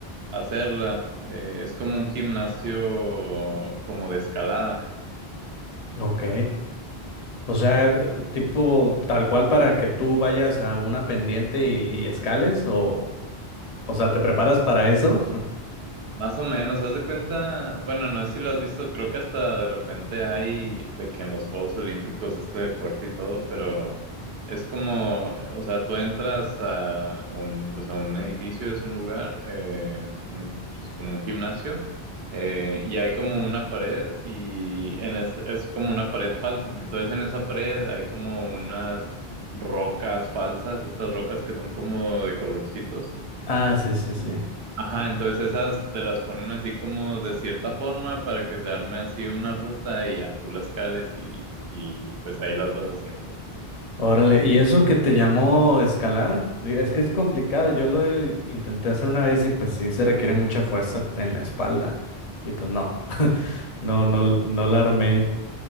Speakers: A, on the right; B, on the left.
A: hacerla. Eh, es como un gimnasio como de escalada.
B: Ok. O sea, eh, tipo tal cual para que tú vayas a una pendiente y, y escales, o, o sea, ¿te preparas para eso? <laughs>
A: Más o menos, haz de cuenta, bueno, no sé si lo has visto, creo que hasta de repente hay de que en los Juegos Olímpicos este deporte y todo, pero es como, o sea, tú entras a un, pues a un edificio, es un lugar, eh, un- pues como un gimnasio, eh, y hay como una pared y en es, es como una pared falsa, entonces en esa pared hay como unas rocas falsas, estas rocas que son como de colorcitos.
B: Ah, sí, sí, sí.
A: Y- Ajá, entonces esas te las ponen así como de cierta forma para que se arme así una ruta y ya tú las cales y, y pues ahí las vas haciendo, ¿verdad?
B: Órale, ¿y eso que te llamó escalar? Digo, Es que es complicado, yo lo eh, intenté hacer una vez y pues sí se requiere mucha fuerza en la espalda. Y pues no, <laughs> no, no, no la armé.